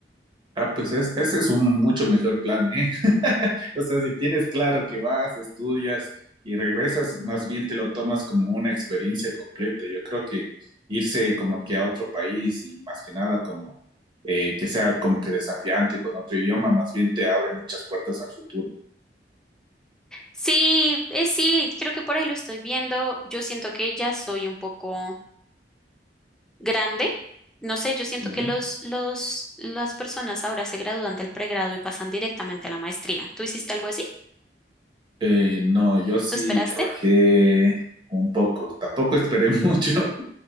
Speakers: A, on the right; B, in the centre.
A: ah, pues es- ese es un mucho mejor plan, ¿eh? <laughs> O sea, si tienes claro que vas, estudias y regresas, más bien te lo tomas como una experiencia completa. Yo creo que irse como que a otro país y más que nada como eh, que sea como que desafiante con otro idioma, más bien te abre muchas puertas al futuro.
B: Sí, eh, sí, creo que por ahí lo estoy viendo. Yo siento que ya soy un poco grande. No sé, yo siento
A: Ya.
B: que los, los, las personas ahora se gradúan del pregrado y pasan directamente a la maestría. ¿Tú hiciste algo así?
A: Eh, no, yo sí
B: ¿Tú esperaste?
A: trabajé un poco, tampoco esperé <laughs> mucho,